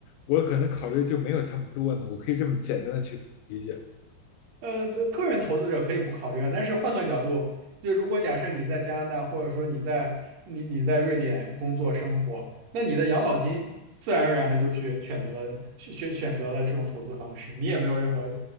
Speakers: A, on the left (about 80°); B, on the right (about 60°).
A: 我可能考虑就没有他们多呢，我可以这么简单的去理解。
B: 呃，对个人投资者可以不考虑啊，但是换个角度，就如果假设你在加拿大，或者说你在你你在瑞典工作生活，那你的养老金自然而然的就去选择了选选选择了这种投资方式，你也没有任何